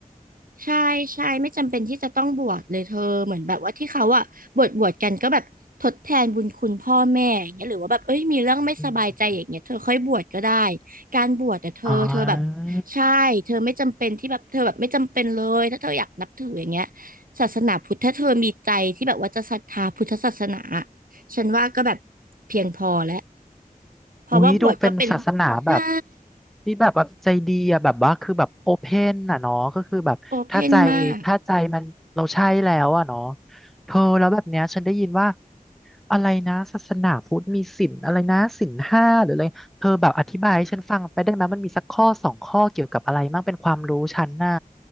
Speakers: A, on the right; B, in the centre.
A: ใช่ใช่ไม่จำเป็นที่จะต้องบวชเลยเธอเหมือนแบบว่าที่เขาอะบวชบวชกันก็แบบทดแทนบุญคุณพ่อแม่อย่างเงี้ยหรือว่าแบบเอ้ยมีเรื่องไม่สบายใจอย่างเงี้ยเธอค่อยบวชก็ได้
B: อืม
A: การบวชแต่เธอเธอแบบ
B: อ๋อ
A: ใช่เธอไม่จำเป็นที่แบบเธอแบบไม่จำเป็นเลยถ้าเธออยากนับถืออย่างเงี้ยศาสนาพุทธถ้าเธอมีใจที่แบบว่าจะศรัทธาพุทธศาสนาฉันว่าก็แบบเพียงพอแล้วเพราะว่าบวชก็เป็น
B: อุ๊ยดูเป็นศาสนาแบบ
A: ใช่
B: ที่แบบว่าใจดีอะแบบว่าคือแบบโอเพนอ่ะเนาะก็คือแบบถ้าใจ
A: โอเพนมาก
B: ถ้าใจมันเราใช่แล้วอะเนาะเธอแล้วแบบเนี้ยฉันได้ยินว่าอะไรนะศาสนาพุทธมีศีลอะไรนะศีลห้าหรืออะไรเธอแบบอธิบายให้ฉันฟังไปได้ไหมมันมีสักข้อสองข้อเกี่ยวกับอะไรมั่งเป็นความรู้ฉันน่ะ